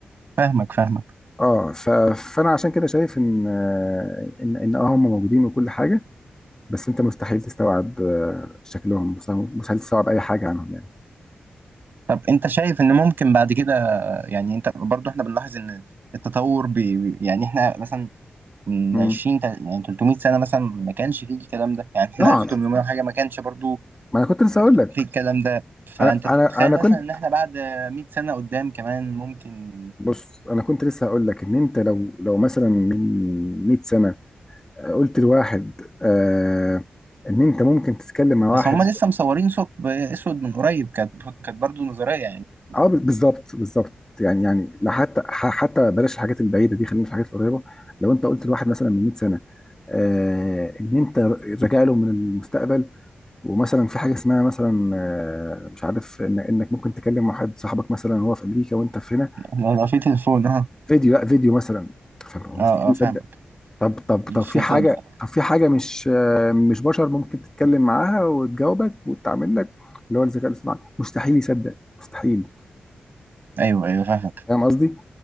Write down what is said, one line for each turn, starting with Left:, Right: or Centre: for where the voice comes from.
Right: فاهمك فاهمك
Left: اه ف- فانا عشان كده شايف ان آه، ان ان اه هم موجودين وكل حاجه بس انت مستحيل تستوعب آه، شكلهم مستحيل مستحيل تستوعب اي حاجه عنهم يعني
Right: طب انت شايف ان ممكن بعد كده يعني انت برضو احنا بنلاحظ ان التطور بي بي- يعني احنا مثلا من
Left: مم.
Right: 20 تا- يعني 300 سنة مثلا ما كانش فيه الكلام ده يعني احنا
Left: طبعا
Right: 1800 وحاجة ما كانش برضو
Left: ما انا كنت لسه اقول لك
Right: فيه الكلام ده فانت
Left: انا
Right: تتخيل
Left: انا انا كنت
Right: مثلا ان احنا بعد 100 سنة قدام كمان ممكن
Left: بص انا كنت لسه هقول لك ان انت لو لو مثلا من 100 سنه قلت لواحد آه ان انت ممكن تتكلم مع
Right: بس
Left: واحد
Right: هم لسه مصورين ثقب اسود من قريب كانت كانت برضو نظرية يعني <laughs>
Left: اه بالظبط بالظبط يعني يعني لا حتى ح- حتى بلاش الحاجات البعيده دي خلينا في الحاجات القريبه لو انت قلت لواحد مثلا من 100 سنه آه ان انت راجع له من المستقبل ومثلا في حاجه اسمها مثلا آه مش عارف إن انك ممكن تكلم واحد صاحبك مثلا وهو في امريكا وانت في هنا
Right: لو في تليفون
Left: فيديو لا فيديو مثلا فمستحيل
Right: اه اه فاهمك
Left: طب طب
Right: مش
Left: طب في
Right: هتصدق
Left: حاجة طب في حاجة مش آه، مش بشر ممكن تتكلم معاها وتجاوبك وتعمل لك اللي هو الذكاء الاصطناعي مستحيل يصدق مستحيل
Right: ايوه ايوه فاهمك
Left: فاهم قصدي؟